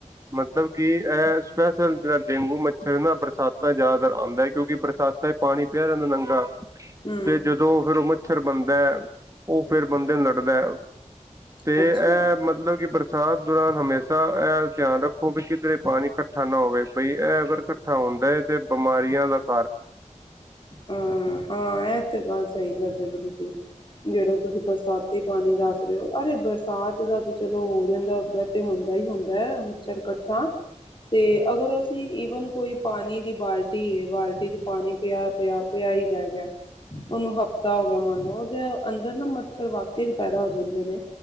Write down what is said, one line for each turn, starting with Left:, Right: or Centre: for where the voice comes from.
Right: ਮਤਲਬ ਕੀ ਐ ਸਪੈਸ਼ਲ ਜਿਹੜਾ ਡੇਂਗੂ ਮੱ ਮੱਛਰ ਨਾ ਬਰਸਾਤਾਂ'ਚ ਜ਼ਿਆਦਾਤਰ ਆਂਦਾ ਇਕ, ਕਿਉਂ ਬਰਸਾਤਾਂ'ਚ ਪਾਣੀ ਪਿਆ ਰਿਹਾ ਨੰਗਾ,
Left: ਹਮ
Right: ਤੇ ਜ ਜਦੋਂ ਫਿਰ ਉਹ ਮੱਛਰ ਬਣਦੈ, ਉਹ ਫਿਰ ਬੰਦੇ ਨ ਲੜਦੈ ਤੇ,
Left: ਅੱਛਾ
Right: ਐ ਮਤਲਬ ਕਿ ਬਰ ਚਾਰ ਦੌਰਾਨ ਹਮੇਸ਼ਾ ਐ ਧਿਆਨ ਰੱਖੋ ਵੀ, ਕਿਧਰੇ ਪਾਣੀ ਇਕੱਠਾ ਨਾ ਹੋਵੇ, ਬਈ ਐ ਅਗਰ ਇਕੱਠਾ ਹੁੰਦਾ ਐ, ਤੇ ਬਿਮਾਰੀਆਂ ਲੱਗ
Left: ਅਂ, ਹਾਂ, ਐ ਤੇ ਗੱਲ ਸਹੀ ਕਰਦੇ ਪਏ ਤੁਸੀਂ, ਜਿਹੜਾ ਤੁਸੀਂ ਬਰਸਾਤ ਤੇ ਪਾਣੀ ਦੱਸ ਰਹੇ ਹੋ, ਅਰੇ ਬਰਸਾਤ ਦਾ ਤੇ ਚਲੋ ਹੋ ਜਾਂਦਾ, ਉੱਧਰ ਤੇ ਹੁੰਦਾ ਹੀ, ਹੁੰਦੈ ਛਰ ਇਕੱਠਾ, ਤੇ ਅਗਰ ਅਸ ਈਵਨ ਕੋਈ ਪਾਣੀ ਦੀ ਬਾਲਟੀ ਏ, ਬਾਲਟੀ'ਚ ਪਾਣੀ ਪਿਆ- ਪਿਆ -ਪਿਆ ਹੀ ਰਹਿ ਗਿਆ। ਉਹਨੂੰ ਹਫ਼ਤਾ ਹੋਗਿਆ ਮੰਨਲੋ, ਉਹਦੇ ਅੰਦਰ ਨਾ ਮੱਛਰ ਵਾਕਈ ਪੈਦਾ ਹੋ ਜਾਂਦੇ ਨੇ।